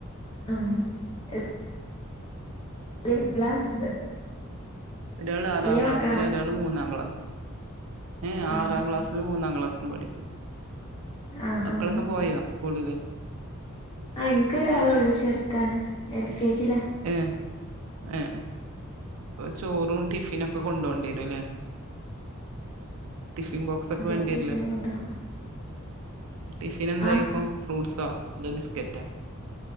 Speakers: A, on the left; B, on the right.
A: ആഹ് എ - <unintelligible>
B: ഒരാള് ആറാം
A: വലിയ
B: ക്ലാസില്
A: മക്കളാണോ
B: ഒരാള്
A: ചോദിച്ചെ
B: മൂന്നാം ക്ലാസില് ഏ
A: ആഹ്
B: ആറാം ക്ലാസ് മൂന്നാം ക്ലാസ്സിലും പഠിക്കുന്നു
A: ആഹ്
B: മക്കളൊക്കെ
A: ആഹ്
B: പോയോ സ്കൂളില്
A: ആഹ് ഇൻക്കൊരാളൊള്ളു ചെറുത്താണ് എൽ കെ ജി ലാ
B: ഏഏ <unintelligible> പ്പൊ ചോറും ടിഫിനൊക്കെ കൊണ്ടോണ്ടി വരുംല്ലേ ടിഫിൻ ബോക്സൊക്കെ
A: ചോറും
B: വേണ്ടിയെര്ലെ
A: ടിഫിനൊക്കെ കൊണ്ടോണം
B: ടിഫിനെന്തായിക്കും
A: ആഹ്
B: ഫ്രൂട്ട്സോ അതോ ബിസ്ക്കെറ്റാ